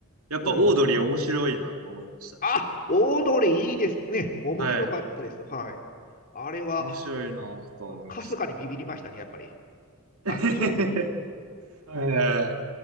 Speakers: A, on the right; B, on the left.
A: やっぱオードリー面白いなと思いましたね。
B: うん。あ、オードリーいいですね。面白かったです。
A: はい。
B: はい。あれは、
A: 面白いなと思いました。
B: うんかすかにビビりましたね、やっぱり。
A: <laughs>
B: あの衝撃。
A: はいはいはい。い